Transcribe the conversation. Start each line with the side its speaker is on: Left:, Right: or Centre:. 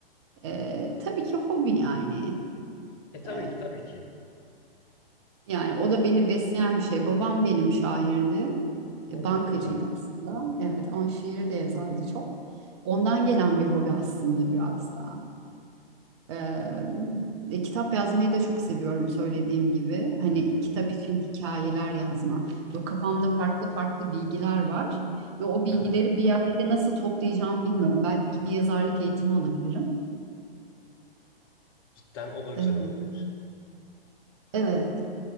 Right: E, tabii ki hobi yani.
Left: E tabii
Right: E,
Left: ki tabii ki.
Right: Yani o da beni besleyen bir şey. Babam benim şairdi.
Left: Oo,
Right: E, Bankacıydı
Left: çok güzel.
Right: aslında. Evet ama şiir de yazardı çok. Ondan gelen bir hobi aslında biraz da. Ee, e, kitap yazmayı da çok seviyorum söylediğim gibi. Hani
Left: Hı hı.
Right: kitap için hikayeler yazma. Böyle kafamda farklı farklı bilgiler var. Ve o bilgileri
Left: Evet.
Right: bir yerde nasıl toplayacağımı bilmiyorum. Belki bir yazarlık eğitimi alabilirim.
Left: Cidden o da güzel
Right: Ee,
Left: olabilir.
Right: evet.